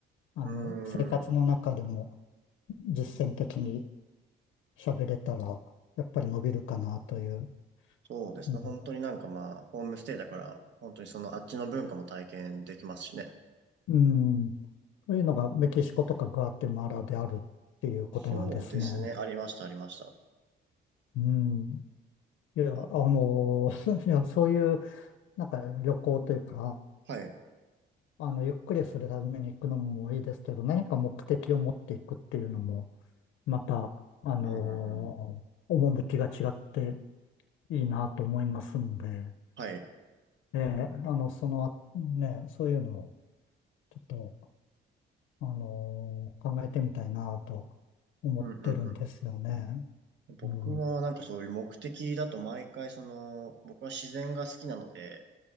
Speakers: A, on the left (about 80°); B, on the right (about 65°).
A: あの、
B: うーん。
A: 生活の中でも実践的に喋れたら、やっぱり伸びるかなという。
B: そうですね。
A: うん。
B: 本当になんかまあ、ホームステイだから、本当にそのあっちの文化も体験できますしね。
A: うん。そういうのがメキシコとかグアテマラであるっていうことなんですね。
B: そうですね。ありました、ありました。
A: うん。いや、
B: あ、
A: あの、<laughs> すいや、そういう、なんか旅行というか、
B: はい。
A: あの、ゆっくりするために行くのもいいですけど、何か目的を持っていくっていうのも、また、あの、
B: うん、うん、うん。
A: 趣が違っていいなと思いますんで、
B: はい。
A: えーあの、その、ね、そういうのを、ちょっと、あのー考えてみたいなと思ってるんですよね。
B: うん、うん、うん。僕はなんかそういう目的だと毎回その、
A: うん。
B: 僕は自然が好きなので、